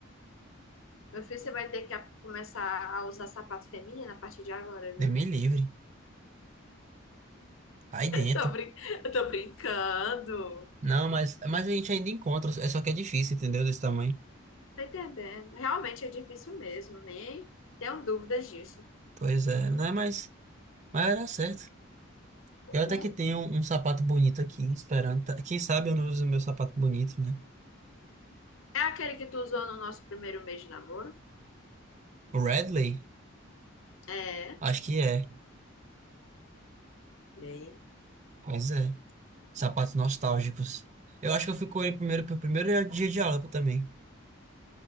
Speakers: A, on the left (about 75°); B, on the right (about 35°).
A: Meu filho, você vai ter que a- começar a usar sapato feminino a partir de agora, viu?
B: Deus me livre. Aí dentro.
A: Tô brin... Eu tô brincando.
B: Não, mas, mas a gente ainda encontra. É só que é difícil, entendeu? Desse tamanho.
A: Tá entendendo? Realmente é difícil mesmo, nem tenho dúvidas disso.
B: Pois é, não é mais. Mas era certo. Eu até
A: Hum?
B: que tenho um, um sapato bonito aqui, esperando. tá- Quem sabe eu não uso meu sapato bonito, né?
A: É aquele que tu usou no nosso primeiro mês de namoro?
B: O Radley?
A: É.
B: Acho que é.
A: E aí?
B: Pois é. Sapatos nostálgicos. Eu acho que eu fui com ele primeiro pro primeiro dia de aula também.